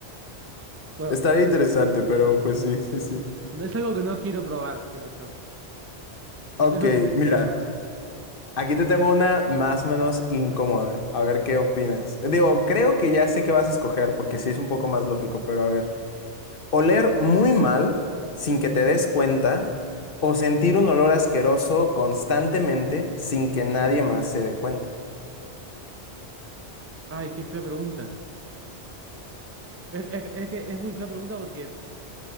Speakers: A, on the right; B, on the left.
A: Bueno,
B: Estaría interesante, pero pues sí, sí, sí.
A: No es algo que no quiero probar, creo yo. Es
B: Ok,
A: algo que no quiero
B: mira,
A: probar.
B: aquí te tengo una más o menos incómoda. A ver qué opinas. Digo, creo que ya sé qué vas a escoger porque sí es un poco más lógico, pero a ver. Oler muy mal sin que te des cuenta o sentir un olor asqueroso constantemente sin que nadie más se dé cuenta.
A: Ay, qué fea pregunta. Es, es- es que es muy fea pregunta porque